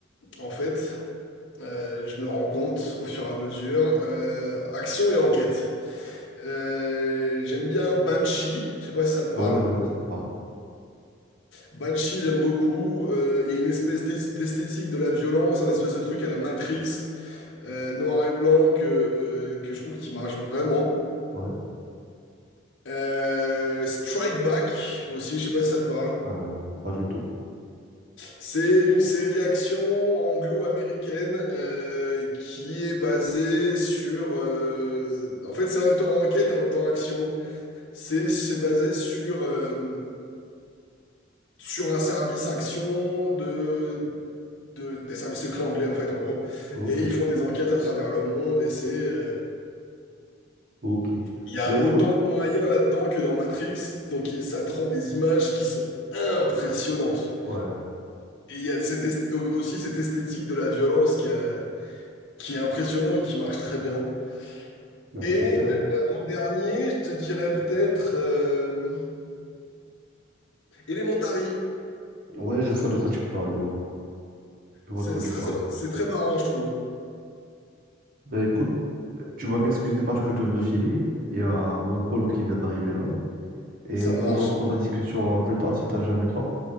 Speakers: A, on the left; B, on the right.
A: en fait. Euh, je me rends compte au fur et à mesure. Euh, action et enquête. Euh, j'aime bien Banshee. Je sais pas si ça te parle.
B: Ouais, ouais, ouais, sympa.
A: Banshee, j'aime beaucoup. Euh, Il y a une espèce d'es- d'esthétique de la violence, un espèce de truc à la Matrix, euh, noir et blanc, que, euh, que je trouve qui marche vraiment.
B: Ouais.
A: Euh, Strike Back aussi, je sais pas si ça te parle.
B: Ah non, pas du tout.
A: C'est une série action anglo-américaine euh, qui est basée sur. euh, en fait, c'est en même temps enquête et en même temps action. C'est c'est basé sur euh, sur un service action de, de des services secrets anglais en fait en gros.
B: Ok,
A: Et ils font des enquêtes à travers le monde et c'est euh,
B: ok.
A: il y a
B: Bah écoute,
A: autant de moyens
B: <laughs>
A: là-dedans que dans Matrix. Donc ça te rend des images qui sont impressionnantes.
B: Ouais,
A: Et il y a cette esth- au- aussi cette esthétique de la violence qui, euh, qui est impressionnante et qui marche très bien.
B: ben,
A: Et
B: super.
A: euh, en dernier, je te dirais peut-être euh, Elementary.
B: Ouais, je
A: Ça,
B: vois de quoi tu parles, je vois. Je vois
A: c'est-
B: de quoi
A: ça,
B: tu parles.
A: ça- c'est très marrant, je trouve.
B: Ben écoute, tu vas m'excuser parce que je devrais filer. Il y a mon colo qui vient d'arriver là. Et
A: Ça
B: on pourra
A: marche.
B: reprendre la discussion euh, plus tard si t'as jamais le temps.